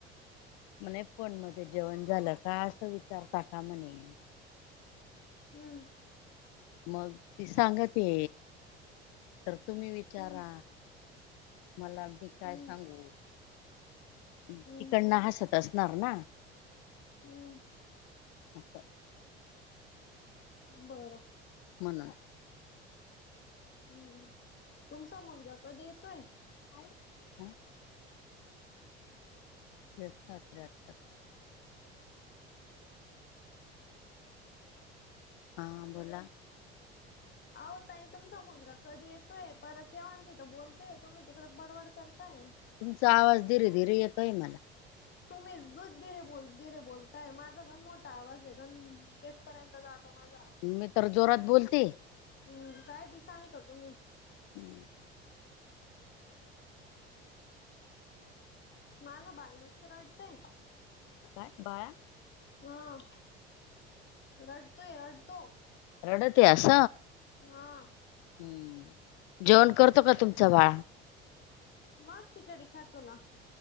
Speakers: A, on the left; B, on the left.
A: म्हणे फोनमध्ये जेवण झालं का? असं विचारता का म्हणे.
B: हम्म.
A: मग ती सांगते. तर तुम्ही विचारा.
B: हम्म
A: मला मी काय
B: हम्म
A: सांगू? तिकडन
B: हम्म
A: हसत असणार ना?
B: हम्म
A: हा. हा.
B: बरं.
A: हम्म.
B: हम्म. तुमचा मुलगा कधी येतोय?
A: आई. आ? <unintelligible> हा बोला.
B: आहो ताई, तुमचा मुलगा कधी येतोय? परत या आमच्याइथं बोलतोय तुम्ही तिकड बडबड करताय.
A: तुमचा आवाज धीरे धीरे येतोय मला.
B: तुम्हीच दूध धीरे बोल, धीरे बोलताय. माझा गन मोठा आवाज आहे. गन गेटपर्यंत जातो. त माझा आवाज.
A: मी तर जोरात बोलते
B: हम्. काय बी सांगता तुम्ही.
A: हं.
B: माझं बाळ नुसत रडतंय.
A: काय बाळा?
B: हा. रडतोय. रडतो.
A: रडतोय अस?
B: हा.
A: हम्म. जेवण करतो का तुमचा बाळा?
B: मग? खिचडी खातो ना.